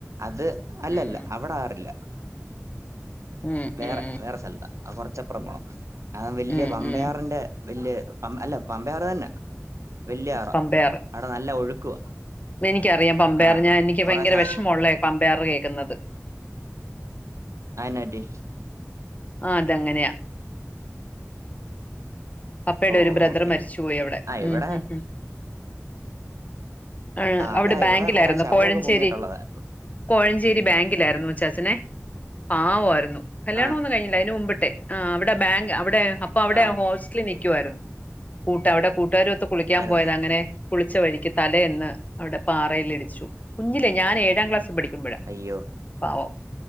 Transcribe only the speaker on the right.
അത് അല്ലല്ല
അവിടാറില്ല
വേറെ
വേറെ സ്ഥലത്താ അത് കൊറച്ചപ്പുറം പോകണം അത് വല്ല്യ
പമ്പയാറിന്റെ
വല്ല്യ പ അല്ല പമ്പയാറ്തന്നാ വല്ല്യയാറാ
അവിടെ നല്ല ഒഴുക്കുവാ
ആഹ്
കൊറേ
ശ അതെന്നാ
ആണോടി
ഓ
ഓക്കെ
ആ ഇവിടെ
അതാ
ഇവിടെ കൊറെ ശവമൊക്കെ
പൊങ്ങിയിട്ടുള്ളതാ
ആ
ആ
ആയിരുന്നോ
അയ്യോ